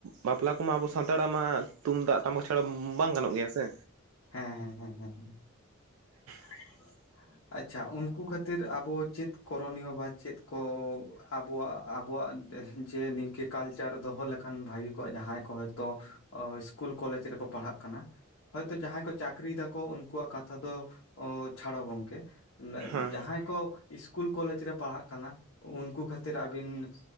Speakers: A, on the right (about 85°); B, on the left (about 70°).
A: ᱵᱟᱯᱞᱟ ᱠᱚᱢᱟ ᱟᱵᱚ ᱥᱟᱱᱛᱟᱲᱟᱜ ᱢᱟ ᱛᱩᱢᱫᱟᱜ ᱴᱟᱢᱟᱠ ᱪᱷᱟᱲᱟ ᱵᱟᱝ ᱜᱟᱱᱚᱜ ᱜᱮᱭᱟ ᱥᱮ?
B: ᱦᱮᱸ ᱦᱮᱸ ᱦᱮᱸ ᱦᱮᱸ ᱦᱮᱸ
A: <unintelligible>
B: ᱾ ᱟᱪᱪᱷᱟ ᱩᱱᱠᱩ ᱠᱷᱟᱹᱛᱤᱨ ᱟᱵᱚ ᱪᱮᱫ ᱠᱚᱨᱚᱱᱤᱭᱚ ᱵᱟ ᱪᱮᱫ ᱠᱚ ᱟᱵᱚᱣᱟᱜ ᱟᱵᱩᱣᱟᱜ ᱡᱮ ᱱᱤᱝᱠᱟᱹ ᱠᱟᱞᱪᱟᱨ ᱫᱚᱦᱚ ᱞᱮᱠᱷᱟᱱ ᱵᱷᱟᱜᱤ ᱠᱚᱜ-ᱟ ᱡᱟᱦᱟᱸᱭ ᱠᱚ ᱦᱚᱭᱛᱳ ᱚ ᱤᱥᱠᱩᱞ ᱠᱚᱞᱮᱡ ᱨᱮᱠᱚ ᱯᱟᱲᱦᱟᱜ ᱠᱟᱱᱟ ᱦᱚᱭᱛᱳ ᱡᱟᱦᱟᱸᱭ ᱠᱚ ᱪᱟᱹᱠᱨᱤᱭ ᱫᱟ ᱠᱚ ᱩᱱᱠᱩᱣᱟᱜ ᱠᱟᱛᱷᱟ ᱫᱚ ᱪᱷᱟᱲᱚ ᱜᱚᱝᱠᱮ
A: ᱦᱮᱸ
B: ᱡᱟᱦᱟᱸᱭ ᱠᱚ ᱤᱥᱠᱩᱞ ᱠᱚᱞᱮᱡ ᱨᱮ ᱯᱟᱲᱦᱟᱜ ᱠᱟᱱᱟ, ᱩᱱᱠᱩ ᱠᱷᱟᱹᱛᱤᱨ ᱟᱹᱵᱤᱱ